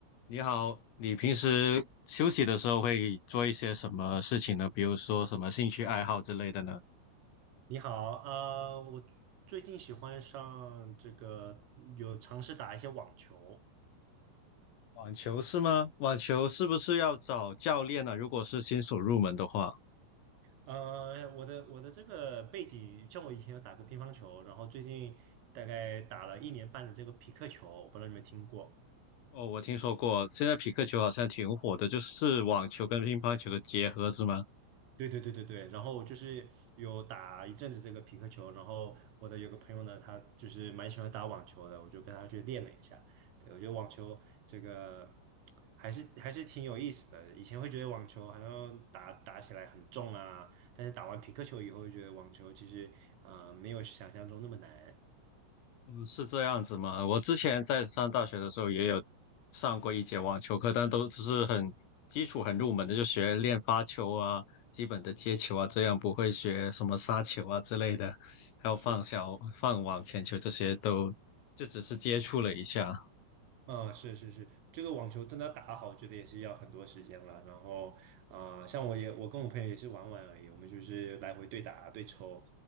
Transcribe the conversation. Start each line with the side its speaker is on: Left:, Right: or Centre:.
Left: 你好，你平时休息的时候会做一些什么事情呢？比如说什么兴趣爱好之类的呢？
Right: 你好，呃，我最近喜欢上这个，有尝试打一些网球。
Left: 网球是吗？网球是不是要找教练呢？如果是新手入门的话，
Right: 呃，我的我的这个背景，像我以前有打过乒乓球，然后最近大概打了一年半的这个匹克球，我不知道你们听过。
Left: 哦，我听说过，现在匹克球好像挺火的，就是网球跟乒乓球的结合，是吗？
Right: 对对对对对，然后就是有打一阵子这个皮克球，然后我的有个朋友呢，他就是蛮喜欢打网球的，我就跟他去练了一下。对，我觉得网球这个还是还是挺有意思的。以前会觉得网球好像打打起来很重啊，但是打完皮克球以后，就觉得网球其实呃没有想象中那么难。
Left: 嗯，是这样子吗？我之前在上大学的时候也有上过一节网球课，但都是很基础、很入门的，就学练发球啊、基本的接球啊，这样不会学什么杀球啊之类的，还有放小、
Right: 是。
Left: 放网前球这些都就只是接触了一下。
Right: 嗯，是是是，这个网球真的要打好，我觉得也是要很多时间了。然后，啊，像我也，我跟我朋友也是玩玩而已，我们就是来回对打对抽。